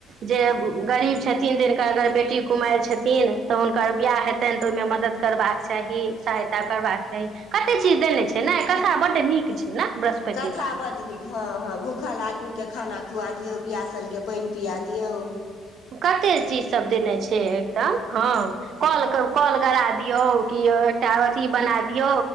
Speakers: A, on the right; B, on the left.
A: जे गरीब छथिन दिनका अगर बेटी कुमार छथिन तऽ हुनकर बिियाह हेतनि तऽ ओहि मदद करबाक चाही सहायता करबाक चाही कते चीज देने छै ने कथा बड नीक छै ने बृहस्पतिके
B: कथा बड नीक हँ हँ भूखल आदमी के खाना खुआ दियऔ पियासल के पानि पिया दियऔ
A: कते चीज सब देने छै एकदम हँ कल कल गड़ा दी ियौ कि एकटा अथिी बना दियौ